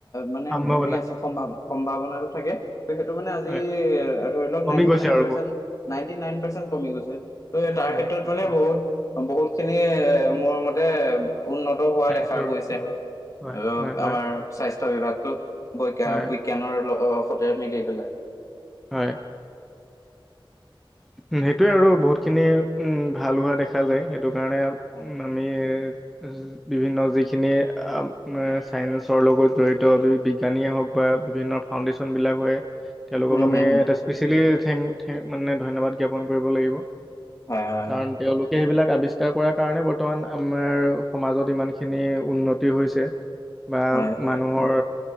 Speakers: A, on the left; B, in the centre.
A: মানে
B: সম্ভাৱনা
A: হেৰি আছে, সম্ভাৱ সম্ভাৱনাটো থাকে। ত' সেইটো মানে আজি
B: হয়
A: এ ধৰিলওক
B: কমি
A: নাইণ্টি
B: গৈছে
A: নাইন
B: আৰু
A: পাৰ্চেন্ত,
B: বহুত
A: নাইন্টি নাইন পাৰ্চেন্ত কমি গৈছে। ত' তাৰ
B: চাইন্সৰ
A: ক্ষেত্ৰত
B: হয় এইটো
A: মানে বহুত বহুত খিনি এ মোৰ মতে উন্নত হোৱা
B: চায়েন্সৰ
A: দেখা গৈছে,
B: বহুত।
A: আৰু
B: হয় হয় হয়
A: আমাৰ স্বাস্থ্য বিভাগটো বৈগ্য
B: হয়
A: বৈজ্ঞানৰ সতে মিলি পেলাই।
B: হয়। উম সেইটোৱে আৰু বহুতখিনি উম ভাল হোৱা দেখা যায়। সেইটো কাৰণে
A: হয় হয়
B: আমি উম বিভিন্ন যিখিনি অঁ ছায়ন্সৰ লগত জড়িত বিজ্ঞানীয়ে হওক বা বিভিন্ন ফাউণ্ডেশ্যনবিলাক হয়। তেওঁলোকক
A: উম
B: আমি
A: হম
B: এটা স্পেচিয়েলি থেংক থে মানে ধন্যবাদ জ্ঞাপন কৰিব লাগিব।
A: হয় হয়
B: কাৰণ তেওঁলোক কে সেইবিলাক আৱিষ্কাৰ কৰাৰ কাৰণে, বৰ্তমান আমাৰ সমাজত ইমানখিনি উন্নতি হৈছে। বা
A: হয় হয়
B: মানুহৰ